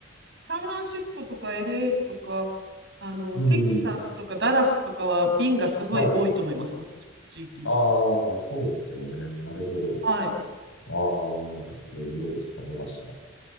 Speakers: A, on the right; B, on the left.
A: サンフランシスコとか LA とか、あの、
B: うん。
A: テキサスとかダラスとかは便がすごい多いと思います、
B: はい。
A: こっち、地域の。
B: ああ、そうですよね。なるほど。
A: はい。
B: ああ、なんかすごいイメージつかめました。